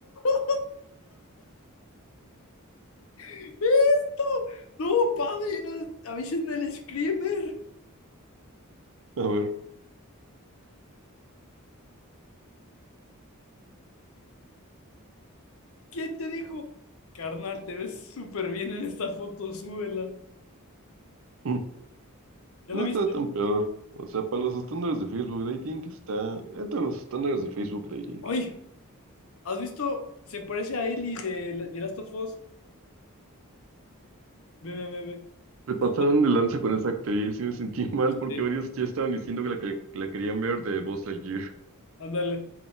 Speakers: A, on the left; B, on the right.
A: <laughs> ¡Esto! No, padrino, avisen del screamer.
B: A ver,
A: ¿Quién te dijo? Carnal, te ves súper bien en esta foto, súbela.
B: <laughs> mm,
A: ¿Ya
B: no
A: la viste?
B: está tan peor. O sea, para los estándares de Facebook Dating está entre los estándares de Facebook Dating.
A: ¡Ay! ¿Has visto? Se parece a Ellie de, la- de Last of Us. Ve, ve, ve, ve.
B: Se pasaron
A: Sí,
B: de lanza con esa actriz y me sentí <laughs> mal porque
A: eh,
B: varios ya estaban diciendo que la, que que la querían ver de Buzz Lightyear. <laughs>
A: Ándale,